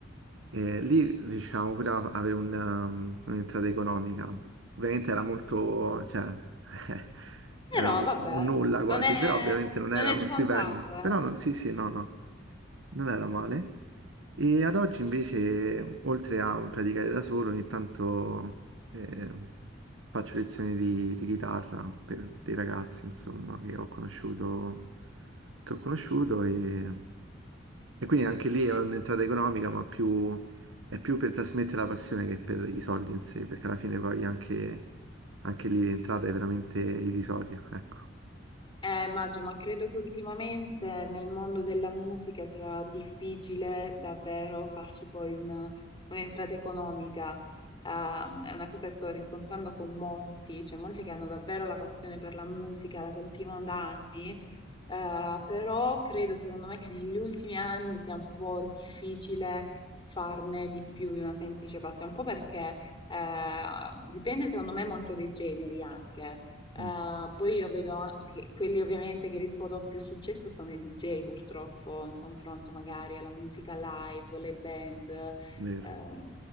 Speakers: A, on the right; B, on the left.
A: eh, lì riuscivamo pure a avere un, um, un'entrata economica. Ovviamente era molto, cioè, <laughs>
B: Però
A: era un
B: vabbè,
A: nulla quasi,
B: non è,
A: però ovviamente non
B: non
A: era
B: è
A: uno
B: scontato,
A: stipendio.
B: eh.
A: Però non, sì, sì, no, no, non era male. E ad oggi invece, oltre a praticare da solo, ogni tanto... E faccio lezioni di, di chitarra per dei ragazzi, insomma, che ho conosciuto, che ho conosciuto e, e quindi anche lì è un'entrata economica, ma più, è più per trasmettere la passione che per i soldi in sé, perché alla fine poi anche, anche lì l'entrata è veramente irrisoria, <laughs> ecco.
B: Eh, immagino, ma credo che ultimamente nel mondo della musica sia difficile davvero farci poi una- un'entrata economica. Ehm, è una cosa che sto riscontrando con molti, cioè molti che hanno davvero la passione per la musica, la coltivano da anni, eh, però credo, secondo me, che negli ultimi anni sia un po' difficile farne di più di una semplice passione, un po' perché eh, dipende, secondo me, molto dai generi anche. Eh,
A: Mm,
B: poi io vedo an- che quelli ovviamente che riscuotono più successo sono i DJ, purtroppo, in confronto magari alla musica live, le band.
A: vero,
B: ehm,